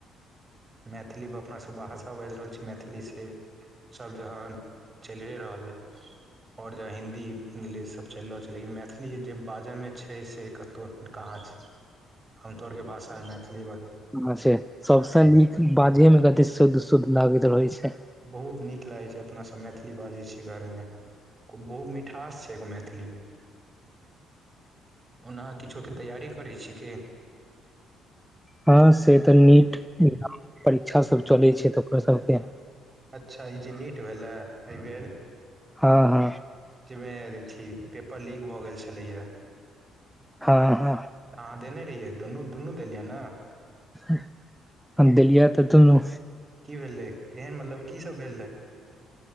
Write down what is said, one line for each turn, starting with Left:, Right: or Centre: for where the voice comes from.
Right: मैथिलीम अपनासभ भाषा बैज रहल छी मैथिली से सभ जहन <inaudible> चैल हे रहलै और जे हिन्दी इंग्लिश सब चैल रहल छै लेकिन मैथिली जे बाजैमे छै से कतहु कहाँ छै <inaudible> हम तोर केँ भाषा है मैथिली बाले
Centre: अछे सबस नीक बाजे मे कते शुद्ध शुद्ध लागैत रहैत छै
Right: बहुत नीक लागै छै अपनासभ मैथिली बाजै छी घरमे ओ बहुत मिठास छै एगो मैथिलीमे <inaudible> ओना अह किछो केँ तैयारी करै छिए की
Centre: हँ से तऽ नीट परीक्षा सब चले छै <unintelligible> सबके
Right: अच्छा ई जे नीट भेलै एहिबेर
Centre: हँ हँ
Right: जाहिमे अथी पेपर लीक भऽ गेल छलैया
Centre: हँ हँ
Right: तऽ अहाँ देने रहियै दुनू दुनू देलियै न
Centre: <inaudible> हम देलिया तऽ दुनू
Right: की भेलै केहन मतलब कीसभ भेल रहै